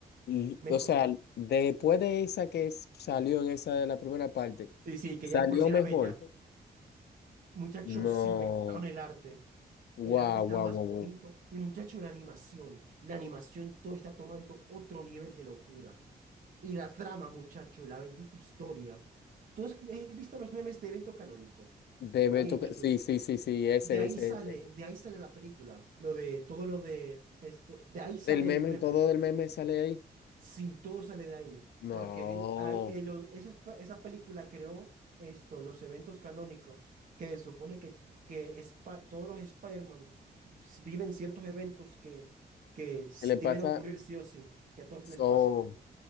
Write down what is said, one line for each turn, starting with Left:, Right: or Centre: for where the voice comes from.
Left: Y,
Right: Mejo-
Left: o sea, después de esa que s- salió en esa de la primera parte,
Right: sí, sí, que
Left: ¿salió
Right: ya de por si
Left: mejor?
Right: era bella. Muchachos,
Left: No.
Right: sí, mejoraron el arte. El
Left: Guau,
Right: arte está
Left: guau,
Right: más
Left: guau.
Right: bonito
Left: guau.
Right: y muchacho, la animación, la animación todo está tomando otro nivel de locura. Y la trama, muchacho, la bendita historia. ¿Tú has has visto los memes de evento canónico?
Left: Debe
Right: Por ahí
Left: tocar.
Right: en YouTube.
Left: Sí, sí, sí, sí, ese,
Right: De ahí
Left: ese,
Right: sale,
Left: ese.
Right: de ahí sale la película, lo de todo lo de esto, de ahí sale
Left: Del meme,
Right: el meme.
Left: todo del meme sale ahí.
Right: Sí, todo sale de ahí,
Left: No.
Right: porque di- hay- eh, lo- esa, es- esa película creó esto, los eventos canónicos, que se supone que, que Spi- todos los Spider-Man s- viven ciertos eventos que, que s-
Left: ¿Qué le
Right: deben
Left: pasa?
Right: ocurrir sí o sí, que a todos
Left: So,
Right: les pasan.